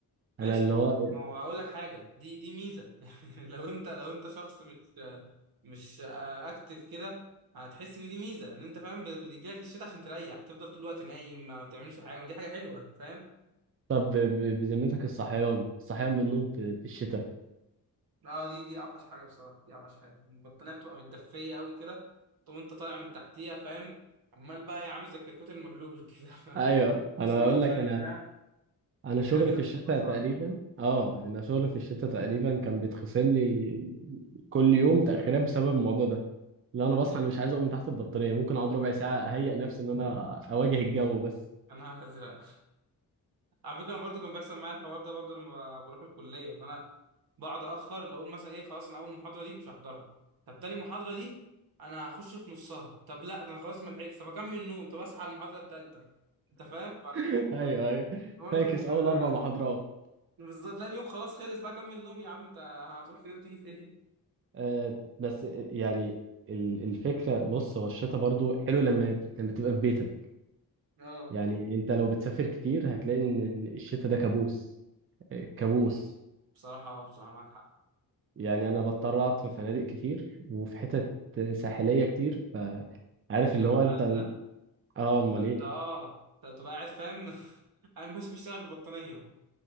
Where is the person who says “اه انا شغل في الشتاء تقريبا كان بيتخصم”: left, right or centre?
Right